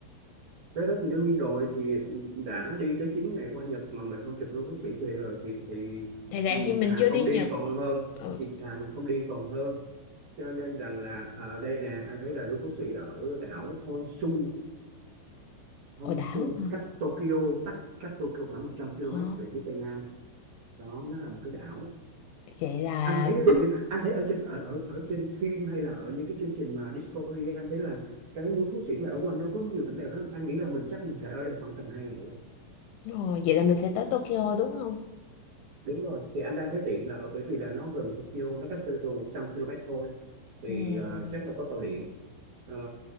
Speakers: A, on the right; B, on the left.
A: tới đó thì đương nhiên rồi thì đã đi tới 9 ngày qua Nhật mà mình không chụp luôn bác sĩ về rồi thì thì
B: Thì ra
A: ừ,
B: như mình
A: thà
B: chưa
A: không
B: đi Nhật.
A: đi còn hơn
B: Ừ,
A: thì thà mình không đi còn hơn cho nên rằng là ở đây nè anh thấy là núi phú sĩ ở đảo Honshu Honshu
B: ồ đảo hả?
A: cách Tokyo cách cách Tokyo khoảng 100 km
B: Ồ,
A: về phía tây nam đó nó là một cái đảo
B: vậy là
A: anh thấy gần như anh thấy ở trên ở ở ở trên phim hay là ở những cái chương trình mà Discovery anh thấy là cái núi Phú Sĩ này ở quanh đó có nhiều cảnh đẹp lắm anh nghĩ là mình chắc mình phải ở đây khoảng tầm hai ngày á.
B: ồ, vậy là mình sẽ tới Tokyo đúng không?
A: đúng rồi thì anh đang thấy tiện là ở bởi vì là nó gần Tokyo nó cách Tokyo 100 km thôi thì
B: Ừ,
A: à, chắc là có tàu điện Ờ,